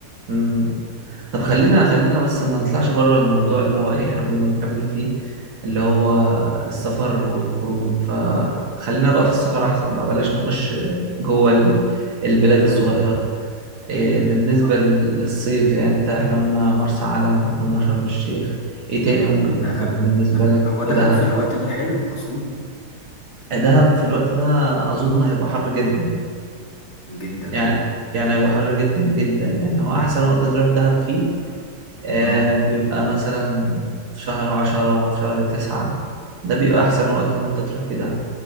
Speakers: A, on the right (about 75°); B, on the left (about 50°).
A: مم. طب خلينا خلينا بس ما نطلعش بره الموضوع اللي هو ايه احنا كنا بنكمل فيه اللي هو السفر والخروج فخلينا بقى في السفر احسن بقى بلاش نخش جوه ال- البلاد
B: امم
A: الصغيرة إيه بالنسبة
B: اه
A: لل- للصيف يعني انت احنا قلنا مرسى علم قلنا شرم الشيخ ايه تاني ممكن
B: دهب
A: تكون بالنسبة لك
B: هو دهب
A: ودهب
B: في الوقت ده حلو اصلا
A: دهب في الوقت ده اظن هيبقى حر جدا
B: جدا
A: يعني
B: اه
A: يعني هيبقى حر جدا جدا يعني هو احسن وقت تروح دهب فيه آه
B: اه
A: بيبقى مثلا في شهر عشرة في شهر تسعة ده بيبقى احسن وقت ان انت تروح فيه دهب